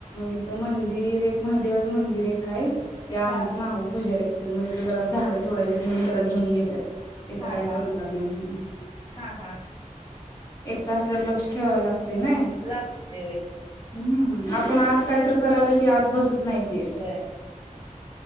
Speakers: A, on the left (about 25°); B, on the left (about 45°).
A: इथं मंदिर एक महादेवाचं मंदिर एक हाय ते आमचं
B: हा
A: मामा पूजारी आहेत त्याच्यामध्ये ते जरा झाडं तोडायचे म्हणून त्याला घेऊन गेल्यात इथं
B: हा,
A: काय
B: हा,
A: करू देणार नाही म्हणून
B: हा, हा
A: एकटं असल्यावर लक्ष ठेवाय लाग तय नाही
B: लागतय व्हय
A: हम्म आपण आत काहीतरी करायल कि आत बसत नाही ते
B: होय